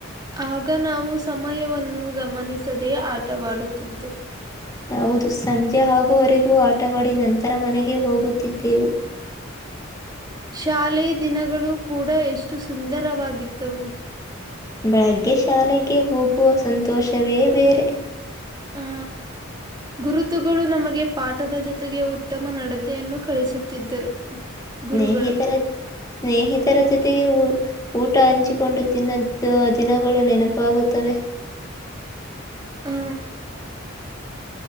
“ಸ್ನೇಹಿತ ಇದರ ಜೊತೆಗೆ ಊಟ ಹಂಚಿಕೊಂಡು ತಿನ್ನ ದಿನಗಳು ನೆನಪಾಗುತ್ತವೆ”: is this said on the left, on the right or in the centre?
Left